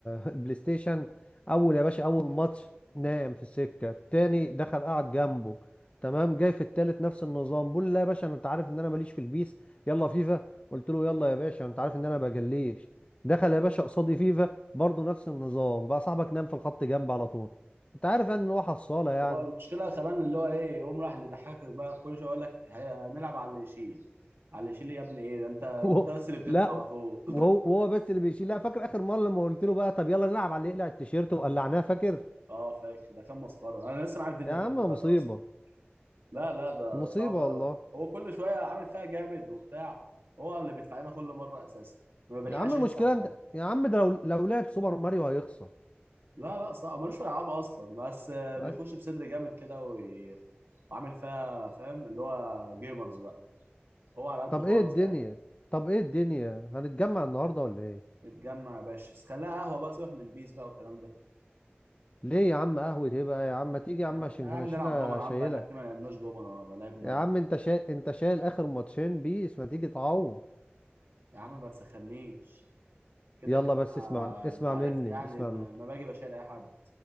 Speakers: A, on the left; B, on the right.
A: <laughs> البلاي ستيشن اول يا باشا اول ماتش نام في السكه التاني دخل قعد جنبه تمام جاي في التالت نفس النظام بقول لا يا باشا أنا- انت عارف ان انا ماليش في البيس يلا فيفا قلت له يلا يا باشا انت عارف ان انا بجليش دخل يا باشا قصادي فيفا برضه نفس النظام بقى صاحبك نام في الخط جنب على طول انت عارف يعني ان هو حصاله يعني
B: هو المشكله كمان اللي هو ايه يقوم راح اللي ضحكك بقى كل شويه يقول لك هي- هنلعب على اللي يشيل على اللي يشيل إيه يا ابني ايه ده انت
A: <laughs>
B: انت
A: و...
B: بس اللي بتدفع
A: لا
B: على طول
A: وهو وهو بس اللي بيشيل لا فاكر اخر مره لما قلت له بقى طب يلا نلعب على اللي يقلع التيشيرت وقلعناه فاكر
B: اه فاكر ده كان مسخره انا لسه معايا الفيديو
A: يا عم
B: لحد دلوقتي
A: مصيبه
B: اصلا لا لا ده
A: مصيبه
B: صعب قوي
A: والله
B: هو كل شويه عامل فيها جامد وبتاع هو اللي بيدفع لنا كل مره اساسا ما بيلحقش
A: يا عم المشكله
B: يكسب حاجه
A: انت يا عم ده لو لو لعب سوبر ماريو هيخسر
B: لا لا صعب ملوش في الالعاب اصلا بس آه، بيخش
A: أي.
B: بصدر جامد كده وي- وعامل فيها فاهم اللي هو جيمرز بقى هو على قده
A: طب
B: خالص
A: ايه الدنيا
B: يعني
A: طب ايه الدنيا هنتجمع النهارده ولا ايه
B: نتجمع يا باشا بس خليها قهوه بقى سيبك من بيس بقى والكلام ده
A: ليه يا عم قهوه ايه بقى يا عم ما تيجي يا
B: يا
A: عم
B: عم
A: عشان
B: تعالى
A: كان
B: يا عم
A: عشان
B: نلعب دومنه يا
A: شايلك
B: عم بقالنا كتير ما لعبناش دومنه ولا لعبنا
A: يا عم انت شا... انت شايل اخر ماتشين بيس ما تيجي تعوض
B: يا عم ما تسخنيش كده
A: يلا
B: كده
A: بس
B: أنا-
A: اسمع اسمع
B: انت عارفني
A: مني
B: يعني
A: اسمع
B: ما,
A: مني
B: ما باجي بشيل اي حد